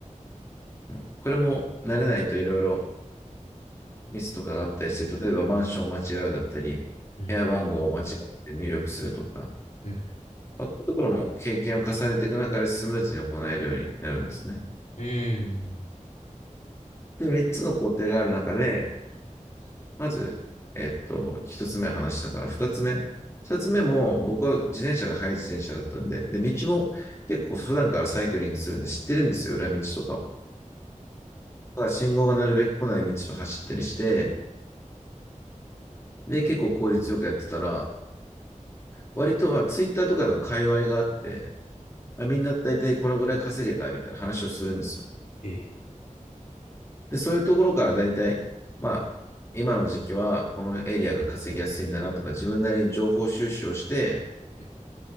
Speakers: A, on the left; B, on the left.
A: うん、これも慣れないといろいろミスとかがあったりして、例えばマンションを間違うだったり、
B: うん、
A: 部屋番号を間違って入力するとか、
B: うん、うん、うん、
A: まあ、こういうところも経験を重ねていく中でスムーズに行えるようになるんですね。
B: ええ、
A: で、3つの工程がある中で、まず、えっと、1つ目話したから、2つ目。2つ目も、僕は自転車が速い自転車だったんで、で、道も結構普段からサイクリングするんで知ってるんですよ、裏道とかを。だから信号がなるべく来ない道を走ったりして、で、結構効率よくやってたら、割と、まあ、ツイッターとかでも界隈があって、まあ、みんな大体これぐらい稼げたみたいな話をするんですよ。
B: え
A: で、そういうところからだいたいまあ、今の時期はこのエリアが稼ぎやすいんだなとか、自分なりに情報収集をして、
B: え、